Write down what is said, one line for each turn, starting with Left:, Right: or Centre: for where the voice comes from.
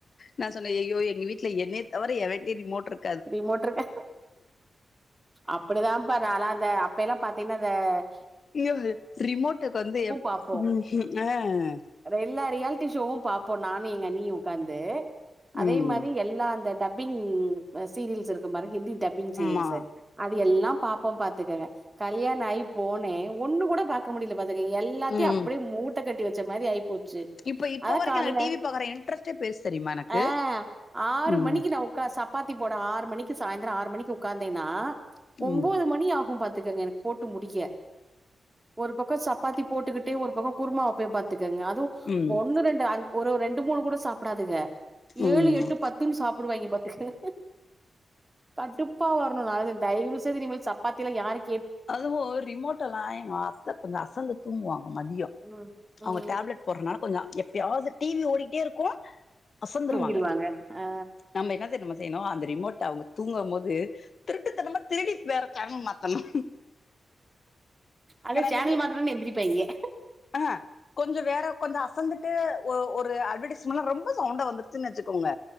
Left: நான் சொன்ன ஐயையோ எக்ஸ் என்க வீட்ல என்னைய தவற எவன்கிட்டயும் ரிமோட் இருக்க
Right: ரிமோட் இருக்க அப்படிதான் பா அலர இந்த அப்பயேல்லாம் பார்த்திங்கன்னா அ
Left: ஐயோ ரிமோட்டுக்கு வந்து எப்படி
Right: பாப்போ
Left: ஆஹ்
Right: எல்லா ரியாலிட்டி ஷோவும் பார்ப்போம் நானும் எங்க அண்ணி உக்காந்து அதே
Left: ம்
Right: மாதிரியேல்லா அந்த டப் ம்ம் சிரிஸ் அந்த மாரி ஹிந்தி டப்பிங் சீரியல்ஸ்
Left: ஆமா
Right: அது எல்லாம் பார அப்போ பாத்துக்கங்க கல்யாண ஆயி போனே ஒண்ணு கூட பாகல இருக்க முடியல பாத்துகங்க எல்லாத்தையும்
Left: ம்
Right: அப்படியே மூட்டை கட்டி புடிச்சா மாதிரிஐ போச்சு
Left: இப்ப இப்ப
Right: அதான்
Left: வரைக்கு
Right: காலையில
Left: எனக்கு டிவி பாக்குற இன்ட்ரெஸ்ட்டே போயிருச்சு தெரியுமா எனக்கு
Right: ஆ ஆறு
Left: ம்
Right: மணிக்கு நான் உக்காந்து சாப் சப்பாத்தி போட ஆறு மணிக்கு சாயந்திரம் ஆறு மணிக்கு உட்கார்ந்தேனா ஒம்போது
Left: ம்
Right: மணி ஆகும் பாத்துக்கங்க எனக்கு போட்டு முடிக்க ஒரு பக்கம் சப்பாத்தி போட்டுக்கிட்டே ஒரு பக்கம் குருமா வப்பேன் பாத் எல்லாரும் அது
Left: ம்
Right: ஒன்னு ரெண்டு ஒரு ரெண்டு மூணு கூட சா டாதுங்க
Left: ம்
Right: ஏழு எட்டு பத்துன்னு சாப்புடுவாங்க பாத்துக கடுப்பாகும் தயவு செய்து இனிமேல் சப்பாத்தியலாம் யாருக்கும்
Left: அதுவும் ரிமோட் எல்லாம் எங்க அத்தை கொஞ்ச அசந்து தூங்குவாங்க மதியோம்
Right: ம்
Left: அவங்க
Right: ம்
Left: டேப்லட் போறனா கொஞ்சம் எப்பையாவது டிவி ஓடிட்டே இருக்கும் அசந்துருவாங்க
Right: தூங்கிருவாங்க அ
Left: நம்ம என்ன தெரிமா செய்ணும் அந்த ரிமோட் அவங்க தூங்கும் போது திருட்டுத்தனமா திருடி வேற சேனல் மாத்தனும்
Right: அதா
Left: என்ன
Right: சேனல் மாத்துறேன்னு எந்திரிப்பாய்ங்க
Left: ஆ கொஞ்சம் வேற கொஞ்சம் அசந்து ஒரு அட்வர்டைஸ்மென்னா ரொம்ப சவுண்டா வந்துருச்சுன்னு வச்சுக்கோங்க